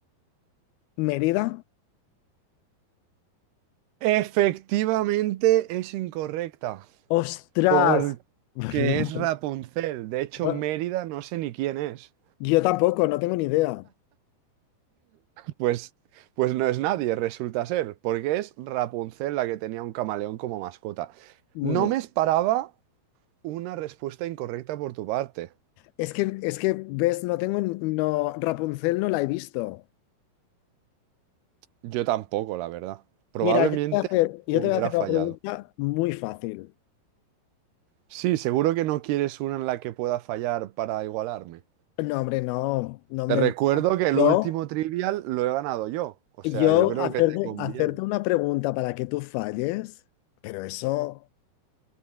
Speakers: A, on the left; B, on the right.
A: ¿Mérida?
B: Efectivamente es incorrecta,
A: ¡Ostras!
B: porque
A: <laughs>
B: es Rapunzel. De hecho,
A: No,
B: Mérida no sé ni quién es.
A: Yo tampoco, no tengo ni idea.
B: Pues, pues no es nadie, resulta ser, porque es Rapunzel la que tenía un camaleón como mascota.
A: Muy
B: No
A: bien.
B: me esperaba una respuesta incorrecta por tu parte.
A: Es que, es que, ves, no tengo, no, Rapunzel no la he visto.
B: Yo tampoco, la verdad. Probablemente
A: Mira, yo te voy a hacer, yo
B: hubiera
A: te voy a hacer
B: fallado.
A: una pregunta muy fácil.
B: Sí, seguro que no quieres una en la que pueda fallar para igualarme.
A: No, hombre, no, no, hombre,
B: Te recuerdo que el
A: Yo,
B: último trivial lo he ganado yo. O
A: yo
B: sea, yo creo
A: hacerte,
B: que te conviene.
A: hacerte una pregunta para que tú falles, pero eso,